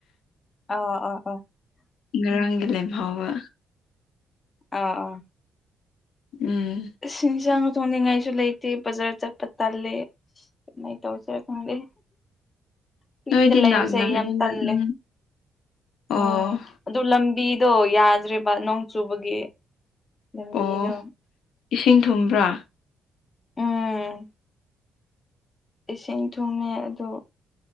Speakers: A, on the left; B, on the left.
A: ꯑꯥ ꯑꯥ ꯑꯥ
B: ꯉꯔꯥꯡꯒꯤ
A: ꯎꯝ
B: ꯂꯦꯝꯍꯧꯕ
A: ꯑꯥ ꯑꯥ
B: ꯎꯝ
A: ꯏꯁꯤꯡꯁꯥꯡ ꯊꯣꯡꯅꯤꯡꯉꯥꯏꯁꯨ ꯂꯩꯇꯦ ꯕꯖꯥꯔ ꯆꯠꯄ ꯇꯜꯂꯦ ꯀꯃꯥꯏ ꯇꯧꯁꯦꯔꯥ ꯈꯪꯗꯦ ꯐꯤꯔꯗ
B: ꯅꯣꯏꯗꯤ
A: ꯂꯩꯕꯁꯦ
B: ꯅꯛꯅꯕꯅꯤꯅ
A: ꯌꯥꯝ ꯇꯟꯂꯦ
B: ꯑꯗꯨꯝ ꯑꯣ
A: ꯎꯝ ꯑꯗꯨ ꯂꯝꯕꯤꯗꯣ ꯌꯥꯗ꯭ꯔꯦꯕ ꯅꯣꯡ ꯆꯨꯕꯒꯤ ꯂꯝꯕꯤꯗꯣ
B: ꯑꯣ ꯏꯁꯤꯡ ꯊꯨꯝꯕ꯭ꯔꯥ
A: ꯎꯝ ꯏꯁꯤꯡ ꯊꯨꯡꯃꯦ ꯑꯗꯨ